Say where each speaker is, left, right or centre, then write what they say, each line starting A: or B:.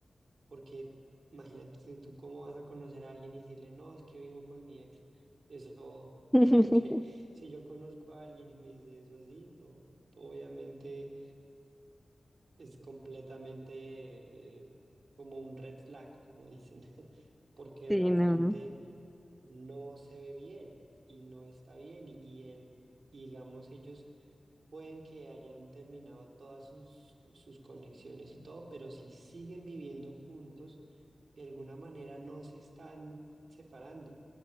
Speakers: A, on the right; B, in the centre.
A: porque imagínate si tú cómo vas a conocer a alguien y decirle, no, es que vivo con mi ex. Eso, <laughs>
B: <laughs>
A: creo que si yo conozco a alguien y me dice eso así, no, obviamente es completamente eh, como un red flag, como dicen, <laughs> porque
B: Sí,
A: realmente
B: no.
A: no se ve bien y no está bien y, y él, y digamos, ellos pueden que hayan terminado todas sus, sus conexiones y todo, pero si siguen viviendo juntos, de alguna manera no se están separando.